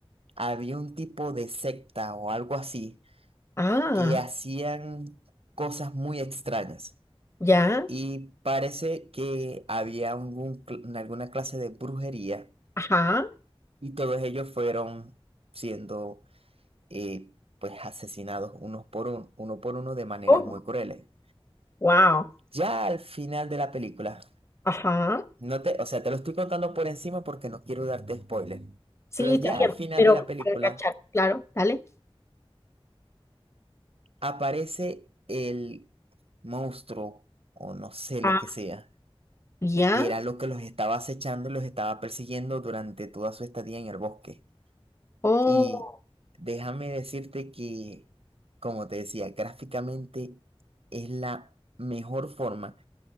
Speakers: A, on the right; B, on the left.
A: había un tipo de secta o algo así
B: Ah,
A: que hacían cosas muy extrañas.
B: ya.
A: Y parece que había algún cl- alguna clase de brujería
B: Ajá.
A: y todos ellos fueron siendo y pues asesinados unos por un- uno por uno de maneras
B: Oh,
A: muy crueles.
B: wow.
A: Ya al final de la película,
B: Ajá.
A: no te, o sea, te lo estoy contando por encima porque no quiero darte spoiler,
B: Sí,
A: pero
B: está
A: ya
B: bien,
A: al final
B: pero
A: de la película
B: para cachar, claro, dale.
A: aparece el monstruo o no sé
B: Ah,
A: lo que sea,
B: ya.
A: que era lo que los estaba acechando y los estaba persiguiendo durante toda su estadía en el bosque.
B: Oh,
A: Y déjame decirte que, como te decía, gráficamente es la mejor forma